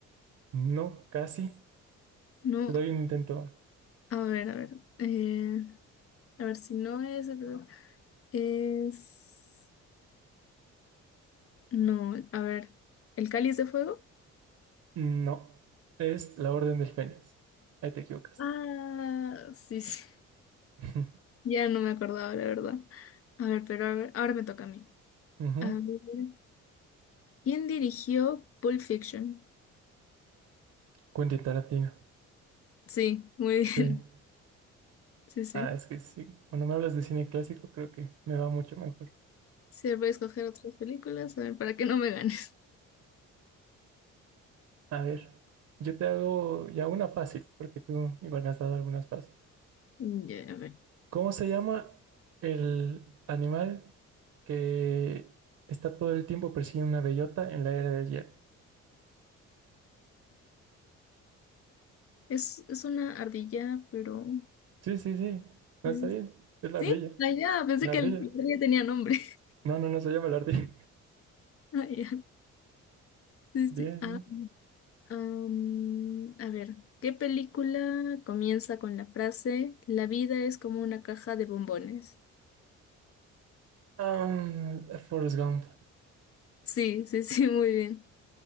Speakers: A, on the right; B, on the left.
A: No, casi.
B: No.
A: Te doy un intento más.
B: A ver, a ver. eh, a ver si no es el Blue- Es. No, a ver. ¿El cáliz de fuego?
A: No, es La Orden del Fénix. Ahí te equivocaste.
B: Ah, sí, sí.
A: <laughs>
B: Ya no me acordaba, la verdad. A ver, pero a ver, ahora me toca a mí.
A: Ujú.
B: A ver. ¿Quién dirigió Pulp Fiction?
A: Quentin Tarantino.
B: Sí, muy <laughs>
A: Sí.
B: bien. Sí, sí.
A: Ah, es que sí. Cuando me hablas de cine clásico, creo que me va mucho mejor.
B: Sí, voy a escoger otras películas, a ver, para que no me ganes.
A: A ver, yo te hago ya una fácil, porque tú igual me has dado algunas fáciles.
B: Ya, a ver.
A: ¿Cómo se llama el animal que está todo el tiempo persiguiendo una bellota en la era del hielo?
B: Es, es una ardilla, pero.
A: Sí, sí, sí, no
B: ¿Sí?
A: está bien, es la
B: ¿Sí?
A: ardilla.
B: Ah, ya, pensé
A: La
B: que
A: ardilla.
B: el- la ardilla tenía nombre. <laughs>
A: No, no, no se llama la ardilla.
B: Ah, ya. Sí,
A: <laughs> Bien,
B: sí. Ah,
A: bien.
B: am, a ver, ¿qué película comienza con la frase La vida es como una caja de bombones?
A: Ah, Forrest Gump.
B: Sí, sí, sí, muy bien.